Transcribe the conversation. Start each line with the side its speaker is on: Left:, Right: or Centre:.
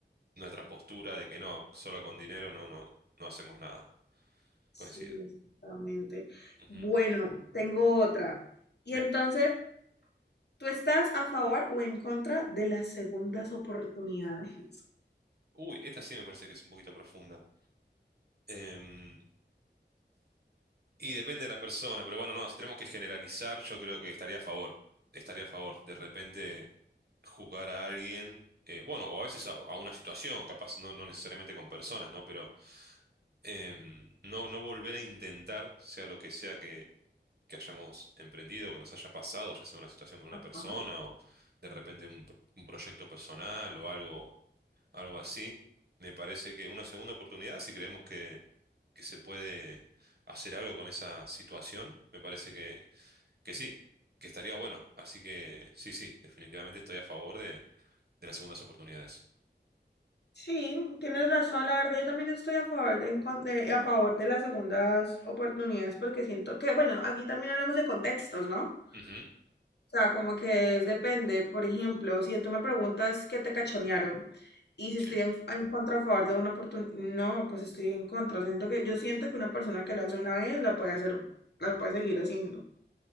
Right: nuestra postura de que no, solo con dinero no, no, no hacemos nada.
Left: Sí,
Right: Coincido.
Left: exactamente.
Right: Ujú,
Left: Bueno, tengo otra. Y
Right: Bien.
Left: entonces, ¿tú estás a favor o en contra de las segundas oportunidades?
Right: Uy, esta sí me parece que es un poquito profunda. Em, y depende de la persona, pero bueno, no, si tenemos que generalizar, yo creo que estaría a favor. Estaría a favor. De repente juzgar a alguien, eh, bueno, o a veces a, a una situación, capaz, no, no necesariamente con personas, ¿no? Pero em, no, no volver a intentar, sea lo que sea que, que hayamos emprendido, que nos haya pasado, ya sea una situación con una
Left: <laughs>
Right: persona o de repente un, pro- un proyecto personal o algo, algo así, me parece que una segunda oportunidad, si creemos que, que se puede hacer algo con esa situación, me parece que, que sí, que estaría bueno. Así que sí, sí, definitivamente estoy a favor de, de las segundas oportunidades.
Left: Sí, tienes razón, la verdad yo también estoy a favor de, encon- de- a favor de las segundas oportunidades porque siento que, bueno, aquí también hablamos de contextos, ¿no?
Right: Ujú,
Left: O sea, como que es- depende, por ejemplo, si tú me preguntas qué te cachonearon y si
Right: sí,
Left: estoy en, en contra a favor de una oportunidad, no, pues estoy en contra, o sea, siento que yo siento que una persona que lo hace una vez la puede hacer, la puede seguir haciendo,